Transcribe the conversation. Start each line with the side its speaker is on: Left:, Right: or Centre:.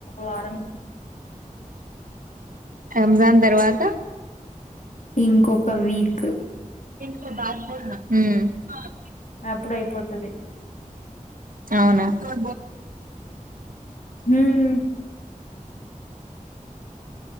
Left: వారం
Right: రంజాన్ తర్వాత
Left: ఇంకొక వీక్
Right: <inaudible>
Left: అప్పుడు అయిపోతుది
Right: అవునా ఉ
Left: హ్మ్